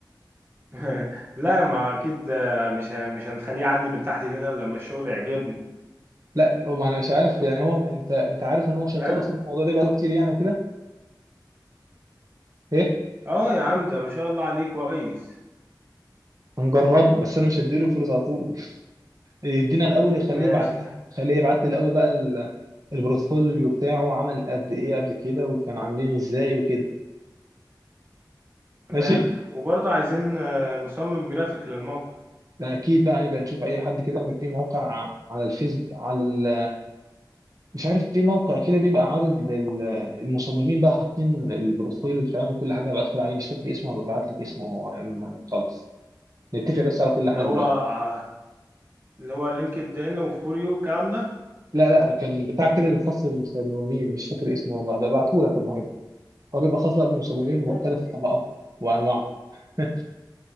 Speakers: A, on the right; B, on the right.
A: <laughs> لا ما اكيد آه، مش ه- مش هنخليه يعدي من تحت ايدينا إلا لما الشغل يعجبنا
B: لا هو ما انا مش عارف يعني هو انت انت عارف ان هو شغال
A: فاهم؟
B: اصلا في الموضوع ده بقاله كتير يعني وكده ايه
A: اه يا عم ده ما شاء الله عليه كويس
B: هنجربه بس انا مش هديله الفلوس على طول <laughs> يدينا الاول يخليه
A: ماشي
B: يبعت لي خليه يبعت لي الاول بقى ال- البورتفوليو بتاعه عمل قد ايه قبل كده وكان عاملين ازاي وكده
A: تمام
B: ماشي
A: وبرضه عايزين آه، مصمم جرافيك للموقع
B: ده اكيد بقى يبقى نشوف اي حد كده في موقع على الفيس على ال... مش عارف في موقع كده بيبقى عارض للمصممين بقى حاطين البورتفوليو بتاعهم وكل حاجه هبقى ادخل عليه مش فاكر اسمه هبقى ابعت لك اسمه هو أما خالص نتفق بس على كل حاجه
A: اللي هو
B: دلوقتي
A: آه، اللي هو لينكد ان وفور يو الكلام ده
B: لا لا كان بتاع كده خاص بالمصممين مش فاكر اسمه والله ببعته لك المهم هو بيبقى خاص بقى بالمصممين مختلف
A: ماشي
B: طبقاته وأنواعه <laughs>